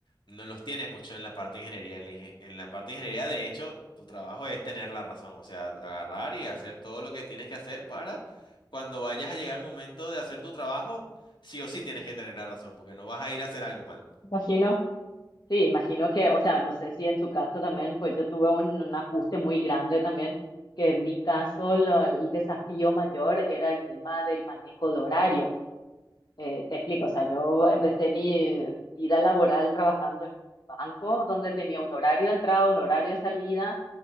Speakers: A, on the left; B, on the left.
A: no los tienes mucho en la parte de ingeniería. En la, ingen- en la parte de ingeniería, de hecho, tu trabajo es tener la razón, o sea, agarrar y hacer todo lo que tienes que hacer para cuando vayas a llegar el momento de hacer tu trabajo Sí o sí tienes que tener la razón, porque no vas a ir a hacer algo mal.
B: Imagino Sí, imagino que, o sea, no sé si en tu caso también, pues yo tuve un, un ajuste muy grande también, que en mi caso lo- el desafío mayor era el tema del manejo de horarios. Eh, te explico, o sea, yo empecé mi vida laboral trabajando en un banco donde tenía un horario de entrada, un horario de salida.